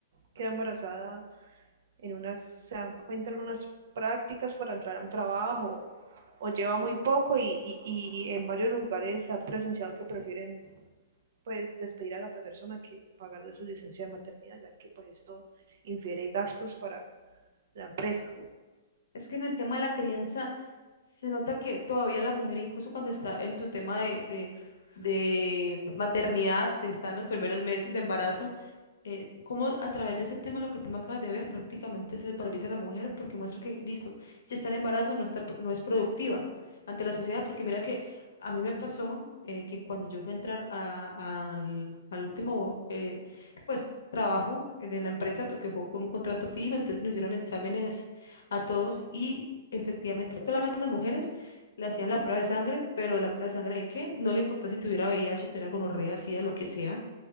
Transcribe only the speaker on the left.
Es que en el tema de la crianza se nota que todavía la mujer, incluso cuando está en su tema de, de, de maternidad, está en los primeros meses de embarazo, eh, cómo a través de ese tema, lo que tú me acabas de ver, prácticamente se desvaloriza a la mujer porque muestra que, listo, si está en embarazo no está, pro- no es productiva ante la sociedad, porque mira que a mí me pasó eh, que cuando yo fui a entrar a- al, al último, eh, pues, trabajo de la empresa, porque fue con un contrato fijo, entonces nos hicieron exámenes a todos y efectivamente solamente las mujeres le hacían la prueba de sangre, pero la prueba de sangre de qué, no le importaba si tuviera VIH, si tuviera gonorrea, SIDA, lo que sea